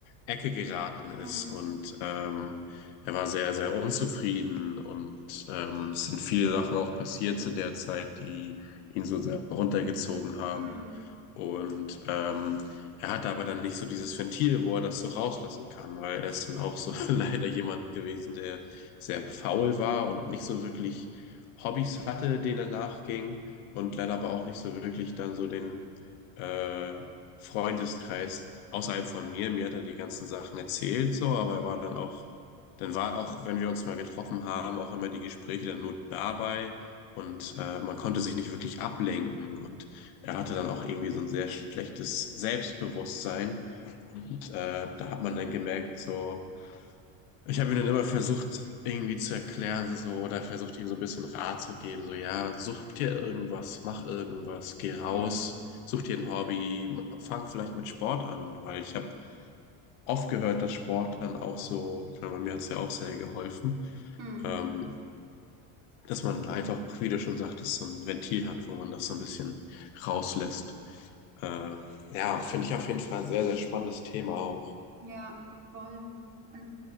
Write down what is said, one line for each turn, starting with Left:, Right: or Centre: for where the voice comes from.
Left: Ecke geraten ist
Right: Mhm.
Left: und ähm, er war sehr, sehr unzufrieden und ähm, es sind viele Sachen auch passiert zu der Zeit, die ihn so sehr runtergezogen haben.
Right: Mhm.
Left: Und ähm, er hatte aber dann nicht so dieses Ventil, wo er das so rauslassen kann, weil er ist dann auch so <laughs> leider jemand gewesen, der sehr faul war und nicht so wirklich Hobbys hatte, denen er nachging und leider aber auch nicht so wirklich dann so den äh, Freundeskreis außerhalb von mir. Mir hat er die ganzen Sachen erzählt, so, aber er war dann auch, dann war auch, wenn wir uns mal getroffen haben, auch immer die Gespräche dann nur dabei und äh, man konnte sich nicht wirklich ablenken und er hatte dann auch irgendwie so ein sehr schlechtes Selbstbewusstsein. Und äh, da hat man dann gemerkt, so, ich habe ihm dann immer versucht, irgendwie zu erklären, so, oder versucht, ihm so ein bisschen Rat zu geben, so, ja, such dir irgendwas, mach irgendwas, geh raus,
Right: Mhm.
Left: such dir ein Hobby, fang vielleicht mit Sport an, weil ich habe oft gehört, dass Sport dann auch so, ich meine, bei mir hat es ja auch sehr geholfen,
Right: Mhm.
Left: ähm, dass man einfach, wie du schon sagtest, so ein Ventil hat, wo man das so ein bisschen rauslässt. Äh, ja, finde ich auf jeden Fall ein sehr, sehr spannendes Thema auch.
Right: Ja, voll. Und